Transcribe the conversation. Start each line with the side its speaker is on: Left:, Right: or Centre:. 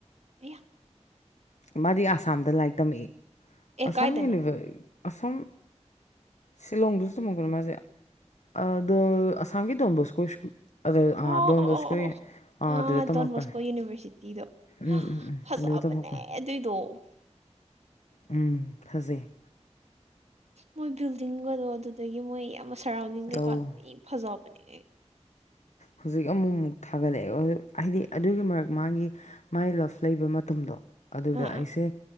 Right: ꯑꯌꯥ
Left: ꯃꯥꯗꯤ ꯑꯁꯥꯝꯗ ꯂꯥꯏꯔꯤꯛ ꯇꯝꯃꯛꯏ
Right: ꯑꯦ
Left: ꯑꯁꯝ
Right: ꯀꯥꯏꯗꯅꯣ
Left: ꯌꯨꯅꯤꯕ ꯑꯁꯣꯝ ꯁꯤꯂꯣꯡꯗꯁꯨ ꯇꯝꯃꯛꯄꯅꯦ ꯃꯥꯁꯦ ꯑꯗꯣ ꯑꯁꯥꯝꯒꯤ ꯗꯣꯟꯕꯣꯁꯀꯣ ꯁ꯭ꯀꯨꯜ ꯑꯗꯨ ꯑꯥ
Right: ꯑꯣ
Left: ꯗꯣꯟ
Right: ꯑꯣ
Left: ꯕꯣꯁꯀꯣꯏ
Right: ꯑꯣ ꯑꯣ ꯑꯣ
Left: ꯑꯥ ꯑꯗꯨꯗ ꯇꯝꯃꯛꯄꯅꯦ
Right: ꯗꯣꯟ ꯕꯣꯁꯀꯣ ꯌꯨꯅꯤꯚꯔꯁꯤꯇꯤꯗꯣ
Left: ꯎꯝ ꯎꯝ ꯎꯝ
Right: ꯐꯖꯕꯅꯦ
Left: ꯑꯗꯨ ꯇꯝꯃꯛꯄ
Right: ꯑꯗꯨꯏꯗꯣ
Left: ꯎꯝ ꯐꯖꯩ
Right: ꯃꯣꯏ ꯕꯤꯜꯗꯤꯡꯒꯗꯣ ꯑꯗꯨꯗꯒꯤ ꯃꯣꯏ ꯌꯥꯝ ꯁꯔꯥꯎꯟꯗꯤꯡ ꯀꯩꯀꯥꯗꯣ
Left: ꯇꯧ
Right: ꯊꯤ ꯐꯖꯕꯅꯦ
Left: ꯍꯧꯖꯤꯛ ꯑꯃꯨꯛ ꯑꯃꯨꯛ ꯊꯥꯒꯠꯂꯛꯑꯦ ꯍꯥꯏꯗꯤ ꯑꯗꯨꯒꯤ ꯃꯔꯛ ꯃꯥꯒꯤ ꯃꯥꯏ ꯂꯞ ꯂꯩꯕ ꯃꯇꯝꯗꯣ ꯑꯗꯨꯗ
Right: ꯑꯥ
Left: ꯑꯩꯁꯦ
Right: ꯑꯥ